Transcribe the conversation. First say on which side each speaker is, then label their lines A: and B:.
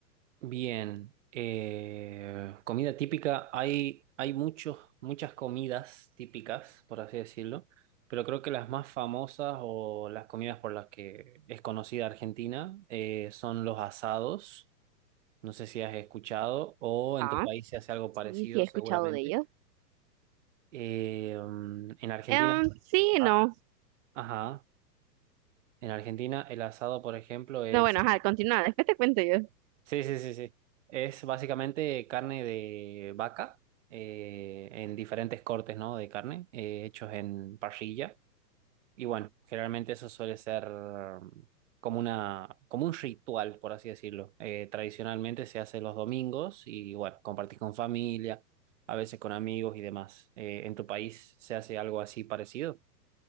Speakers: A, on the right; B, on the right.
A: Bien. Eh, comida típica, hay, hay muchos, muchas comidas típicas, por así decirlo, pero creo que las más famosas o las comidas por las que es conocida Argentina eh, son los asados. No sé si has escuchado o en
B: Ah,
A: tu país se hace algo parecido,
B: sí, sí he escuchado
A: seguramente.
B: de ellos.
A: Eh, mm, en Argentina,
B: Em, sí,
A: ah,
B: no.
A: ajá, en Argentina el asado, por ejemplo, es
B: No, bueno, ajá, continúa, después te cuento yo.
A: Sí, sí, sí, sí. Es básicamente carne de vaca eh, en diferentes cortes, ¿no? De carne eh, hechos en parrilla. Y bueno, generalmente eso suele ser mm, como una, como un ritual, por así decirlo. Eh, tradicionalmente se hace los domingos y bueno, compartís con familia, a veces con amigos y demás. Eh, ¿en tu país se hace algo así parecido?